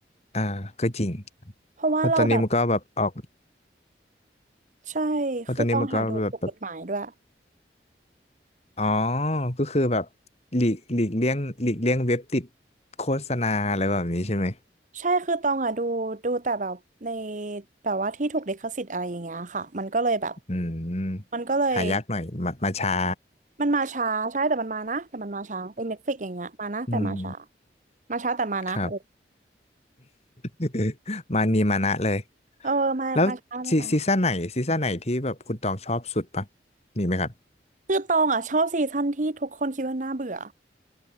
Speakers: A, on the left; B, on the right.
A: อ่า ก็จริง
B: เพราะว่าเราแบบ
A: เพราะตอนนี้มันก็แบบออก
B: ใช่คือต้องหาดูถูกกฎหมายด้วย
A: เพราะตอนนี้มันก็แบบแบบอ๋อ ก็คือแบบหลีกหลีกเลี่ยงหลีกเลี่ยงเว็บติดโฆษณาอะไรแบบนี้ใช่ไหม
B: ใช่คือตองอะดูดูแต่แบบในแบบว่าที่ถูกลิขสิทธิ์อะไรอย่างเงี้ยค่ะมันก็เลยแบบ
A: อืมหายากหน่อยมามาช้า
B: มันก็เลย มันมาช้าใช่แต่มันมานะแต่มันมาช้าเป็นเน็ตฟลิกอย่างเงี้ยมานะแต่มาช้า
A: อืม
B: มาช้าแต่มานะเออ
A: ครับ <laughs> มานีมานะเลย
B: เออมามาช้าแต่มานะ
A: แล้วซีซีซั่นไหนซีซั่นไหนที่แบบคุณตองชอบสุดปะมีไหมครับ
B: คือตองอ่ะชอบซีซั่นที่ทุกคนคิดว่าน่าเบื่อ